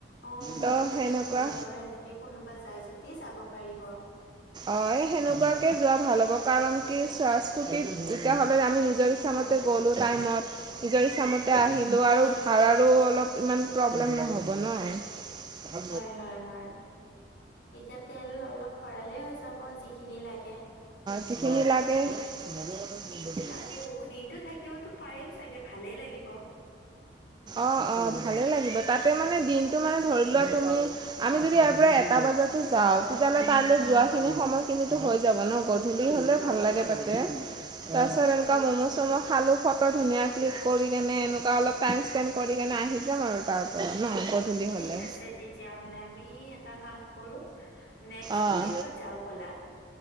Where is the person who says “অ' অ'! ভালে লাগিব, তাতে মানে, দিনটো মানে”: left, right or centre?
Right